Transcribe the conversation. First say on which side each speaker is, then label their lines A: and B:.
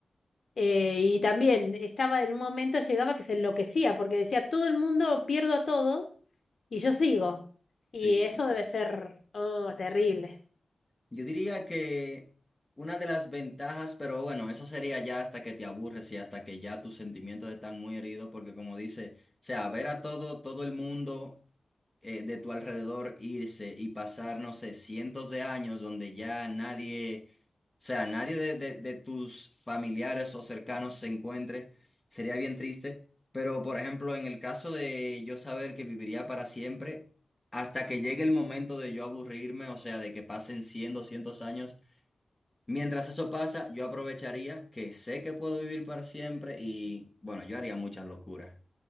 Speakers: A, on the left (about 60°); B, on the left (about 15°).
A: Eh, y también estaba en un momento, llegaba que se enloquecía porque decía, todo el mundo pierdo a todos y yo sigo. Y
B: Sí,
A: eso
B: sí.
A: debe ser, oh, terrible.
B: Yo diría que una de las ventajas, pero bueno, eso sería ya hasta que te aburres y hasta que ya tus sentimientos están muy heridos, porque como dice, o sea, ver a todo, todo el mundo eh, de tu alrededor irse y pasar, no sé, cientos de años donde ya nadie sea, nadie de, de- de tus familiares o cercanos se encuentre, sería bien triste. Pero, por ejemplo, en el caso de yo saber que viviría para siempre, hasta que llegue el momento de yo aburrirme, o sea, de que pasen 100 200 años, mientras eso pasa, yo aprovecharía que sé que puedo vivir para siempre y, bueno, yo haría muchas locuras,